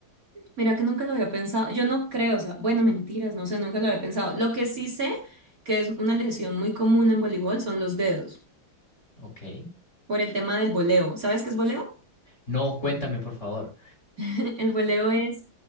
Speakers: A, on the right; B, on the left.
A: Mira que nunca lo había pensado, yo no creo, o sea, bueno, mentiras, no sé, nunca lo había pensado. Lo que sí sé que es una lesión muy común en voleibol son los dedos,
B: Ok.
A: por el tema del voleo. ¿Sabes qué es voleo?
B: No, cuéntame, por favor.
A: <laughs> El voleo es,